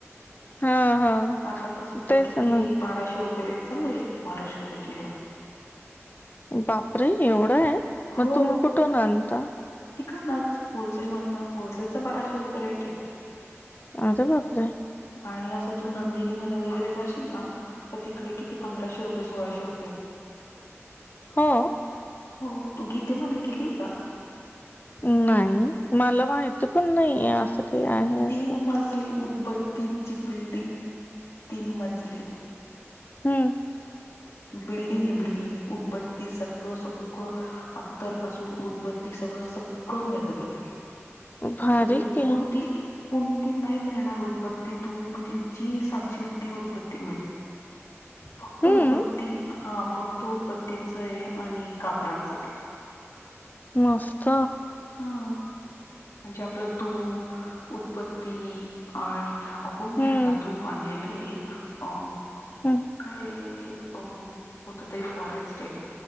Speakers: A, on the left; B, on the left.
A: हा हा
B: आता सध्या
A: तेच
B: किती
A: ना
B: बाराशे रुपये रेट चालू आहे, बाराशे रुपये किलो.
A: बापरे एवढं आहे, मग
B: हो
A: तुम्ही कुठून आणता?
B: तिकडनच होलसेलमधनं होलसेलचं बाराशे रुपये रेट आहे.
A: अरे बापरे
B: आणि असं तू नंदिनीमध्ये वगैरे जाशील ना तर तिकडे किती पंधराशे रुपये, सोळाशे रुपये.
A: हो?
B: हो तू गीतेमध्ये गेलीय का?
A: नाही, मला माहिती पण नाही आहे असं काही आहे असं
B: तीन मजली उदबत्तीची बिल्डिंग, तीन मजली
A: हम्म
B: बिल्डिंग आहे बिल्डिंग उदबत्ती सगळं सगळं अत्तर पासून, उदबत्ती सगळं सगळं मिळतं तिकडे.
A: भारी
B: म्हणजे तू
A: की.
B: कोणती कोणती नाही मिळणार उदबत्ती तू म्हणजे जी सांगशील ती उदबत्ती मिळेल.
A: <inaudible>
B: फक्त
A: हम्म
B: उदबत्ती, हा फक्त उदबत्तीच आहे आणि कापराच आहे.
A: मस्त
B: हा म्हणजे आपलं धूप, उदबत्ती आणि अगो
A: हम्म
B: मी आता धूप आणलेलं आहे एक अ
A: हम्म.
B: काय होत तरी फॉरेस्ट हे